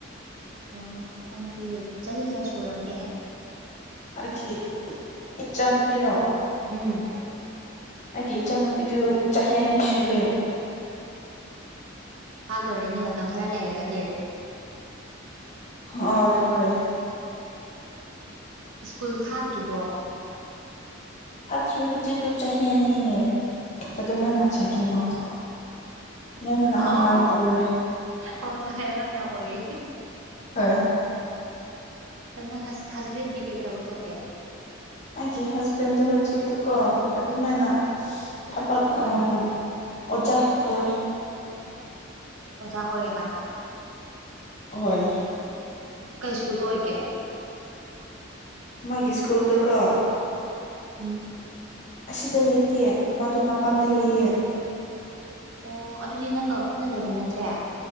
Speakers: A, on the right; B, on the left.
A: ꯑꯣ ꯏꯆꯥꯅꯨꯄꯤ ꯆꯍꯤ ꯀꯌꯥ ꯁꯨꯔꯒꯦ
B: ꯑꯩꯒꯤ ꯏꯆꯥꯅꯨꯄꯤꯔꯣ
A: ꯎꯝ
B: ꯑꯩꯒꯤ ꯏꯆꯥꯅꯨꯄꯤꯗꯨ ꯆꯍꯤ ꯑꯅꯤ ꯁꯨꯔꯦ
A: ꯊꯥꯗꯣꯔꯦꯅꯦ ꯃꯇꯝ ꯈꯔ ꯂꯩꯔꯒꯗꯤ
B: ꯍꯣꯏ ꯍꯣꯏ
A: ꯁ꯭ꯀꯨꯜ ꯊꯥꯗ꯭ꯔꯤꯕꯣ
B: ꯊꯇ꯭ꯔꯤ ꯍꯧꯖꯤꯛꯇꯨ ꯆꯍꯤ ꯑꯅꯤꯅꯦ ꯑꯗꯨꯃꯥꯏꯅ ꯁꯥꯏꯈꯦꯝꯃꯥꯡꯗꯣ ꯌꯥꯝꯅ
A: ꯑꯣ
B: ꯑꯉꯥꯝ ꯑꯣꯏꯌꯦ
A: ꯍꯣꯏ ꯍꯣꯏ ꯑꯉꯥꯡ ꯌꯥꯝ ꯑꯣꯏꯔꯤ
B: ꯍꯣꯏ
A: ꯑꯗꯨ ꯅꯪ ꯑꯁ ꯍꯁꯕꯦꯟꯗꯤ ꯀꯩ ꯊꯕꯛ ꯇꯧꯒꯦ
B: ꯑꯩꯒꯤ ꯍꯁꯕꯦꯟꯗꯨ ꯍꯖꯤꯛꯇꯨꯀꯣ ꯑꯗꯨꯃꯥꯏꯅ ꯊꯄꯛ ꯑꯣ ꯑꯣꯖꯥ ꯇꯧꯋꯦ
A: ꯑꯣꯖꯥ ꯑꯣꯏꯌꯦꯕ
B: ꯍꯣꯏ
A: ꯀꯩ ꯁ꯭ꯀꯨꯜꯗ ꯑꯣꯏꯒꯦ
B: ꯃꯥꯒꯤ ꯁ꯭ꯀꯨꯜꯗꯨ ꯀꯣ
A: ꯎꯝ
B: ꯑꯁꯤꯗ ꯂꯩꯇꯦ ꯃꯗꯨ ꯃꯄꯥꯟꯗ ꯂꯩꯌꯦ
A: ꯑꯣ ꯑꯗꯨꯗꯤ ꯅꯪꯒ ꯄꯨꯟꯅ ꯂꯩꯃꯤꯟꯅꯗ꯭ꯔꯦ